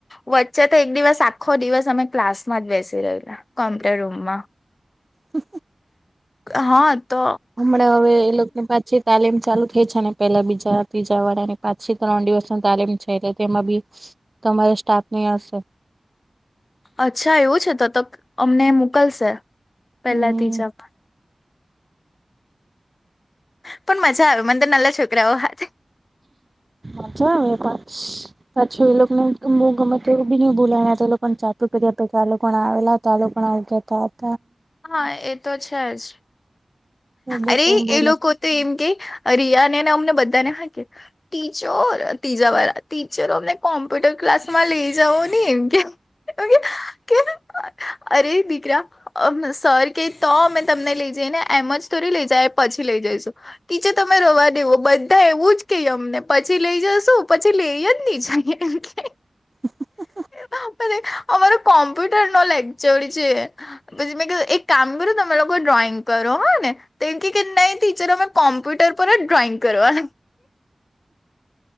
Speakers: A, on the left; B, on the right.
A: વચ્ચે તો એક દિવસ આખો દિવસ અમે ક્લાસમાં જ બેસી રહલા કોમ્પ્યુટર રૂમમાં
B: હ
A: હા તો
B: હમણાં હવે એ લોકોને પાછી તાલીમ ચાલુ થઈ છે ને પેલા બીજા ત્રીજા વાડાા ને પાંચ થી ત્રણ દિવસ ન તાલીમ છે એટલે તેમાં બી તમારી સ્ટાફ ની હશે
A: અચ્છા એવું છે તોત અમને મોકલશે પેલા
B: હમ
A: ત્રીજા પણ આવે મંદર નાલા છોકરાઓ હા
B: મછ વપ પછી એ લોકોનેું ગમે એવું બી નહ ભોલા્યા એ લોકો ચતું કર્યા પ આ લોકો આવેલા હતા લોકો આવ ગ પાપ
A: હા એ તો છે જ
B: બહુ
A: અરે
B: કઈ બોલે
A: એ લોકો તો એમ કે રિયાને એને અમને બધાને હાકે ટીચર ત્રીજા વાળા ટીચરો અમને કોમ્પ્યુટર ક્લાસ માં લઈ જઓ ને એમ કે ઓ અરે દીકરા મ સર કે તો અમે તમને લઈ જઈ ને એમ જ થોડી લઈ જાય પછી લઈ જઈશું ટીચે તમે રવા દેવો બધા એવું જ કે અમને પછી લઈ જશો પછી લઈ જ હી જ <inaudible>
B: હ
A: નારે અમારો કમ્પ્યુટર ન લેગચડી છે પછી મેં એક કામ કર્યું તમે લોકો ડ્રોઈંગ કરો હોય ને તો એમ કે નઈ ટીચર અમે કોમ્પ્યુટર પર જ ડ્રોઈંગ કરવા